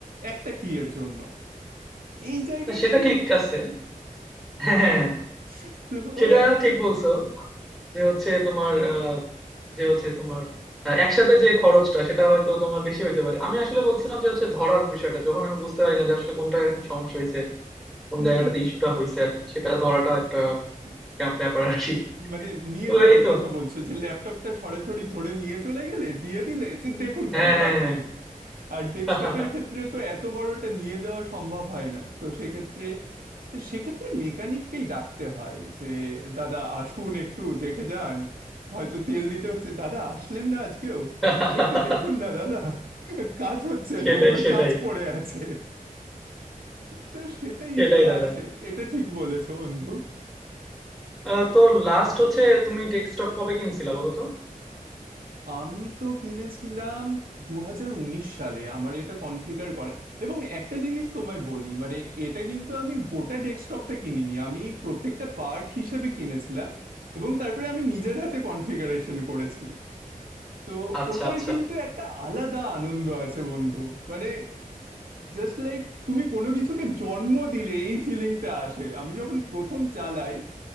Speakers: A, on the right; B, in the centre.
A: একটা কি এর জন্য এই জায়গাটাই
B: সেটা ঠিক আছে হ্যাঁ
A: হ্যাঁ তো
B: সেটা
A: ও
B: ঠিক বলছো যে হচ্ছে তোমার আহ, যে হচ্ছে তোমার আহ, একসাথে যে খরচটা সেটা হয়তো তোমার বেশি হইতে পারে আমি আসলে বলছিলাম যে হচ্ছে ধরার বিষয়টা যখন আমি বুঝতে পারি না যে আসলে কোনটা এখন সমস্যা হয়েছে কোন
A: হুম
B: জায়গাটাতে ইস্যুটা হয়েছে আর কি সেটা ধরাটা একটা ব্যাপ- ব্যাপার আর কি
A: মানে নিয়ে
B: তো
A: যাওয়ার
B: এই তো
A: কথা বলছো যে ল্যাপটপটা সরাসরি ধরে নিয়ে চলে গেলে দিয়ে দিলে যে দেখুন
B: হ্যাঁ
A: দাদা
B: হ্যাঁ
A: আপনি
B: হ্যাঁ।
A: আর ডেস্কটপের
B: হ্যাঁ।
A: ক্ষেত্রে তো এত বড়টা নিয়ে যাওয়া সম্ভব হয় না তো সেক্ষেত্রে সেক্ষেত্রে মেকানিককেই ডাকতে হয় যে দাদা আসুন একটু দেখে যান হয়তো তেল দিতে হচ্ছে দাদা আসলেন না আজকেও
B: <laughs>
A: একটু দেখুন না দাদা কাজ হচ্ছে
B: সেটাই
A: না আমার
B: সেটাই
A: কাজ পড়ে আছে তো সেটা
B: সেটাই
A: ইস্যু
B: দাদা
A: আছে এটা ঠিক বলেছো বন্ধু
B: আহ, তো লাস্ট হচ্ছে তুমি ডেস্কটপ কবে কিনছিলা বলো তো
A: আমি তো কিনেছিলাম দু হাজার উনিশ সালে আমার এটা কনফিগার করা এবং একটা জিনিস তোমায় বলি মানে এটা কিন্তু আমি গোটা ডেস্কটপটা কিনিনি আমি প্রত্যেকটা পার্ট হিসেবে কিনেছিলাম এবং তারপরে আমি নিজের হাতে কনফিগারেশন করেছি তো
B: আচ্ছা
A: ওটার
B: আচ্ছা
A: কিন্তু একটা আলাদা আনন্দ আছে বন্ধু মানে জাস্ট লাইক তুমি কোনো কিছুকে জন্ম দিলে এই ফিলিংটা আসে আমি যখন প্রথম চালাই